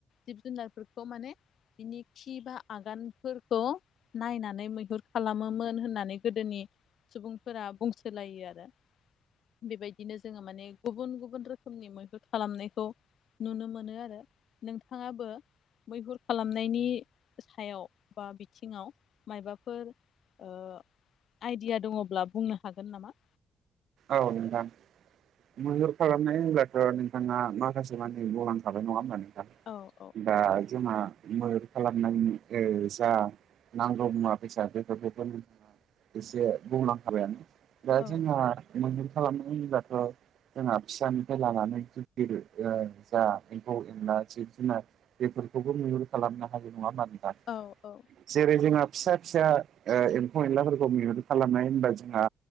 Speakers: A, on the left; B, on the right.
A: जिब-जुनारफोरखौ माने बिनि खि बा आगानफोरखौ नायनानै मैहुर खालामोमोन होननानै गोदोनि सुबुंफोरा बुंसो- लायो आरो। बेबायदिनो जोङो माने गुबुन गुबुन रोखोमनि मैहुर खालामनायखौ नुनो मोनो आरो। नोंथाङाबो मैहुर खालामनायनि सायाव बा बिथिङाव मायाबाफोर ओ आइडिया दङब्ला बुंनो हागोन नामा?
B: औ नोंथां। मैहुर खालामनाय होनब्लाथ' नों- थांङा माखासे मानि बुंलांखाबाय नङा होमबा नोंथां।
A: औ औ
B: दा जोंहा मैहुर खालामनायनि ओ जा नांगौ मुवा-बेसाद बेफोरखोथ' नोंथाङा एसे बुंलांखाबायानो। दा
A: औ
B: जोंहा मैहुर खालामनाय होनोब्लाथ' जोंहा फिसानिफ्राय लानानै जा गिदिर ओ जा एम्फौ-एनला जिब-जुनार बेफोरखौबो मैहुर खालामनो हायो। नङा होनबा नोंथां?
A: औ औ
B: जेरै जोंहा फिसा फिसा ओ एम्फौ एनलाफोरखौ मैहुर खालामनाय होनबा जोंहा